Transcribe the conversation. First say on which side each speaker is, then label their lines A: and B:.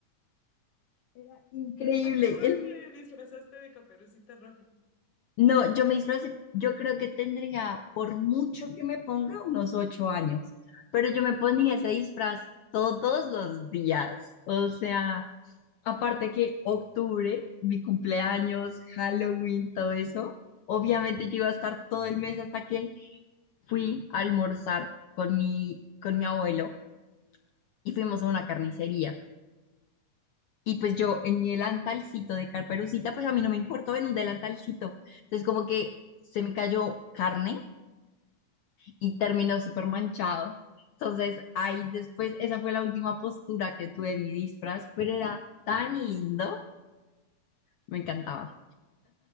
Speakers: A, on the left; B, on the left.
A: Era increíble.
B: ¿A qué edad
A: El-
B: te disfrazaste de Caperucita Roja?
A: No, yo me disfracé. Yo creo que tendría, por mucho que me ponga, unos ocho años. Pero yo me ponía ese disfraz todos los días. O sea, aparte que octubre, mi cumpleaños, Halloween, todo eso. Obviamente yo iba a estar todo el mes hasta que fui a almorzar con mi, con mi abuelo y fuimos a una carnicería. Y pues yo en mi delantalcito de carperucita, pues a mí no me importó en un delantalcito. Entonces como que se me cayó carne y terminó súper manchado. Entonces ahí después, esa fue la última postura que tuve en mi disfraz, pero era tan lindo, me encantaba.